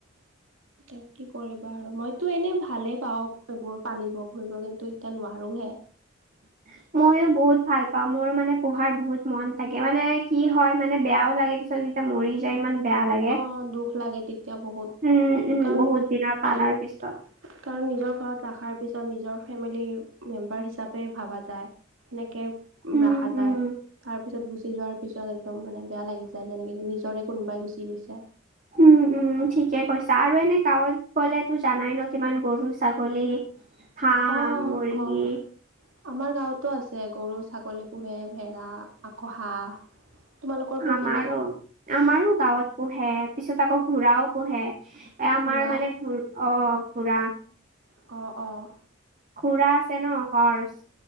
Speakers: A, on the right (about 75°); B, on the right (about 40°).
A: এ কি কৰিবা আৰু মইতো এনেই ভালে পাওঁ। সেইবোৰ পালিব ফুৰিব কিন্তু এতিয়া নোৱাৰোঁ'হে।
B: <unintelligible> মইও বহুত ভাল পাওঁ, মোৰো মানে পঢ়াৰ বহুত মন থাকে মানে কি হয় মানে বেয়াও লাগে পিছত- এয়া মৰি যায় ইমান- বেয়া লাগে
A: অঁ' দুখ লাগে তেতিয়া বহুত।
B: উম উম
A: কাৰণ
B: বহুত দিনৰ
A: প্ৰায়
B: পালাৰ পিছত
A: কাৰণ নিজৰ ঘৰত ৰখাৰ পিছত নিজৰ ফেমিলি মেম্বাৰ হিচাপে ভবা যায়। সেনেকে
B: উম
A: ৰাখা যায়।
B: উম
A: তাৰ- পিছত গুচি যোৱাৰ পিছত একদম মানে বেয়া লাগি যায় যেনেকে নিজৰে কোনোবাই গুচি গৈছে।
B: উমঁ-উমঁ ঠিকে কৈছা। আৰু এনেই গাঁৱত গ'লে তো জানাই ন' কিমান গৰু, ছাগলী- হাঁহ,
A: অ'
B: মুৰ্গী।
A: অ' আমাৰ গাঁৱতো আছে গৰু, ছাগলী পোহে ভেড়া আকৌ হাঁহ। তোমালোকৰ পোহেনে
B: আমাৰো, আমাৰো গাঁৱত পোহে পিছত আকৌ ঘোৰাও পোহে। এ'
A: ঘোঁৰা
B: আমাৰ মানে ঘ অ' ঘোৰা-
A: অঁহ', -অঁহ',।
B: ঘোৰা আছে ন' হৰ্চ।